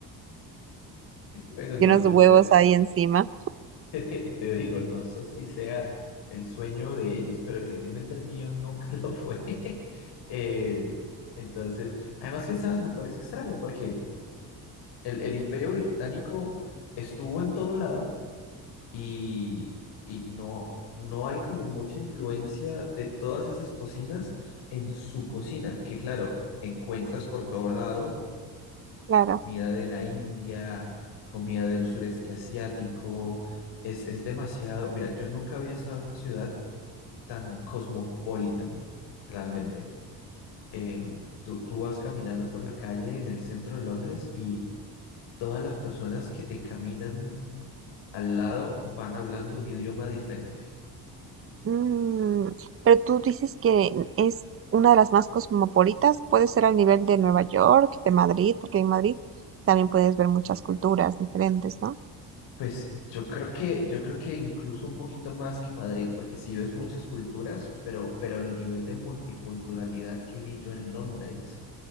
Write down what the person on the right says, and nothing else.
Y unos
huevos
ahí encima,
claro.
Mm, pero tú dices que es una de las más cosmopolitas, puede ser al nivel de Nueva York, de Madrid, porque en Madrid también puedes ver muchas culturas diferentes, ¿no?